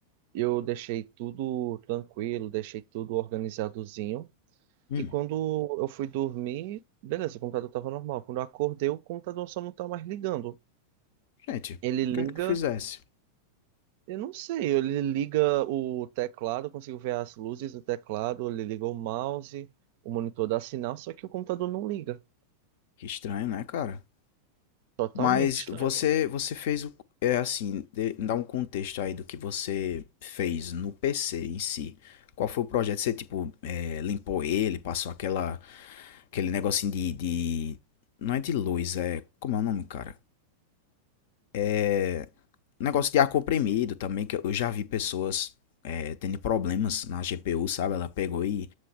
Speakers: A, on the right; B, on the left.
A: Eu deixei tudo tranquilo, deixei tudo organizadozinho.
B: Hum.
A: E quando eu fui dormir, beleza, o computador tava normal. Quando eu acordei, o computador só não tá mais ligando.
B: Gente,
A: Ele
B: o que
A: liga.
B: é que tu fizesse?
A: Eu não sei, ele liga o teclado, eu consigo ver as luzes do teclado, ele liga o mouse, o monitor dá sinal, só que o computador não liga.
B: Que estranho, né, cara?
A: Totalmente
B: Mas
A: estranho.
B: você você fez o é assim, dê- dá um contexto aí do que você fez no PC em si. Qual foi o projeto? Você, tipo, é, limpou ele, passou aquela, aquele negocinho de, de. Não é de luz, é. Como é o nome, cara? É. Negócio de ar comprimido também, que eu já vi pessoas é, tendo problemas na GPU, sabe? Ela pegou e